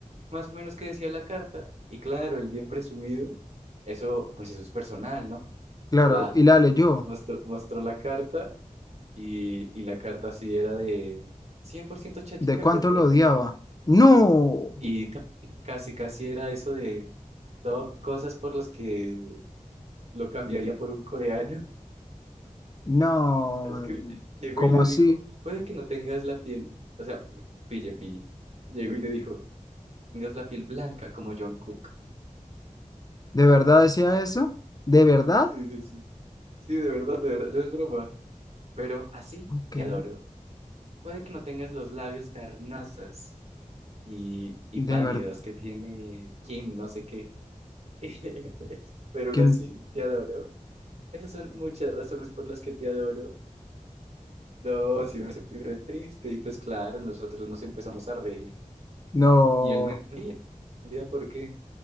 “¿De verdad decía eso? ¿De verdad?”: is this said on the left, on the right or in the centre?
Left